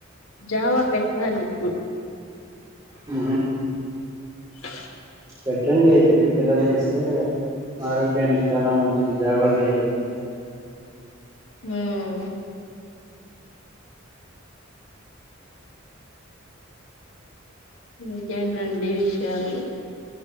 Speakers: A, on the left (about 85°); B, on the right (about 20°).
A: జావా పెట్టాలి ఇప్పుడు
B: అ
A: <unintelligible> <inaudible>
B: పెట్టండి పెట్టి పిల్లలకి ఇస్తే ఆరోగ్యానికి చాలా మంచిది జాగవలు తగితే
A: ఉం ఇంకేనండి విషయాలు